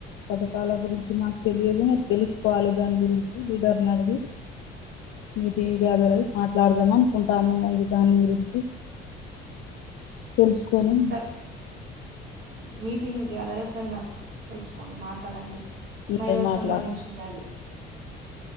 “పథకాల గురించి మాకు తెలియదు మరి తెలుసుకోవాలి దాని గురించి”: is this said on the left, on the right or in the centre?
Left